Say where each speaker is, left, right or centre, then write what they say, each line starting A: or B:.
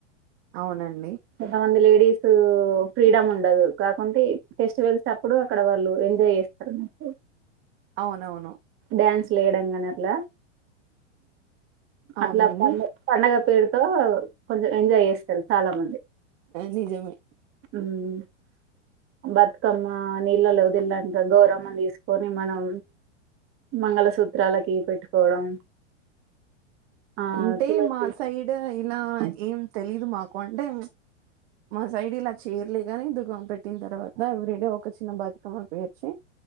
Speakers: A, on the right; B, on the right.
A: అవునండి
B: ఎ మంది లేడి డీస్ ఫ్రీడమ్ ఉండదు కాకుంటే ఫెస్టివల్స్ అప్పుడు అక్కడ వాళ్ళు ఎంజాయ్ చేస్తారు స
A: అవునవును
B: డ్యాన్స్లు వేయడం కానీ అట్లా
A: అవునండి
B: అట్లా పండ పండగ పేరుతో కొంచెం ఎంజాయ్ చేస్తారు చాలా మంది
A: నిజమై
B: అవు బతుకమ్మ నీళ్ళలు వదిల్లాక గోరమ్మను తీసుకొని మనం మంగళసూత్రాలకి పెట్టుకోవడం ఆ
A: అంటే
B: తులసి
A: మా సైడ్ ఇలా ఏం తెలీదు మాకు అంటే మా సైడ్ ఇలా చేయరలే గాని దుఖం పెట్టిన తర్వాత ఎవ్రీ డే ఒక చిన్న బతుకమ్మ పేర్చి